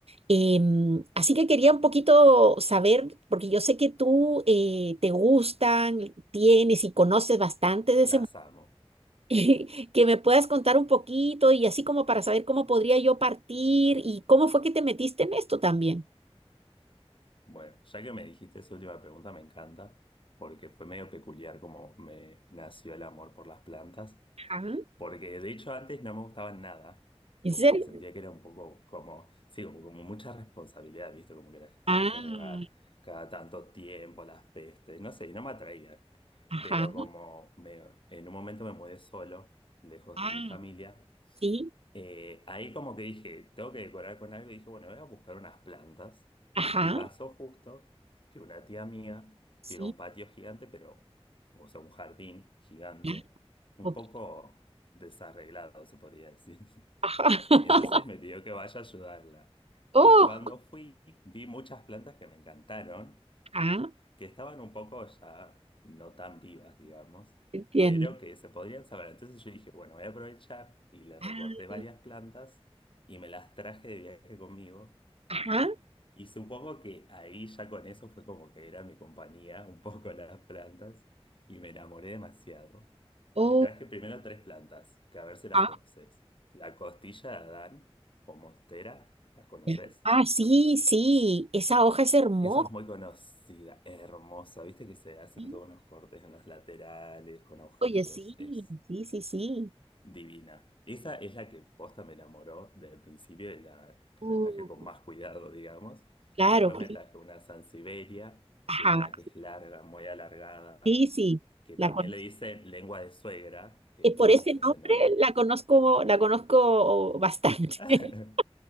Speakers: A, on the right; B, on the left.
A: Em, así que quería un poquito saber, porque yo sé que tú eh, te gustan, tienes y conoces bastante de
B: las
A: ese
B: amo.
A: <laughs> que me puedas contar un poquito y así como para saber cómo podría yo partir y cómo fue que te metiste en esto también.
B: Bueno, ya que me dijiste esa última pregunta, me encanta, porque fue medio peculiar como me nació el amor por las plantas,
A: Ajá.
B: porque de hecho antes no me gustaban nada,
A: ¿En
B: como
A: serio?
B: que sentía que era un poco como, sí, como, como mucha responsabilidad, ¿viste? Como que las tenía
A: Ah,
B: que regar cada tanto tiempo, las pestes, no sé, y no me atraían.
A: ajá,
B: Pero como me- en un momento me mudé solo, lejos
A: ah,
B: de mi familia.
A: sí,
B: Eh, ahí como que dije, tengo que decorar con algo y dije, bueno, voy a buscar unas plantas.
A: ajá,
B: Y pasó justo que una tía mía
A: sí,
B: tiene un patio gigante, pero, o sea, un jardín gigante,
A: ya,
B: un
A: ok,
B: poco desarreglado, se podría decir. <laughs>
A: ajá. <laughs>
B: Entonces me pidió que vaya a ayudarla.
A: Oh,
B: Y cuando fui, vi muchas plantas que me encantaron
A: ah,
B: que estaban un poco ya no tan vivas, digamos,
A: entiendo.
B: pero que se podrían saber. Entonces yo dije, bueno, voy a aprovechar y le recorté
A: Ah,
B: varias plantas y me las traje de viaje conmigo.
A: ajá,
B: Y supongo que ahí ya con eso fue como que era mi compañía, un poco <laughs> las plantas, y me enamoré demasiado.
A: oh,
B: Y traje primero tres plantas, que a ver si las
A: ah,
B: conoces. La costilla de Adán o monstera, ¿las conoces?
A: ya. Ah, sí, sí, esa hoja es hermosa.
B: Esa es muy conocida, hermosa. Viste que se hacen
A: sí,
B: todos unos cortes en los laterales con agujeritos.
A: Oye, sí,
B: Es
A: sí, sí, sí.
B: divina. Esa es la que posta me enamoró del principio y la que
A: Uh,
B: me traje con más cuidado, digamos.
A: claro,
B: Y después me
A: sí,
B: traje una Sansevieria,
A: ajá,
B: que es una que es larga, muy alargada,
A: sí, sí,
B: que
A: la
B: también
A: conozco.
B: le dicen lengua de suegra, que
A: Y por
B: no me
A: ese
B: gusta
A: nombre
B: ese nombre.
A: la conozco, la conozco bastante.
B: <laughs>
A: <laughs>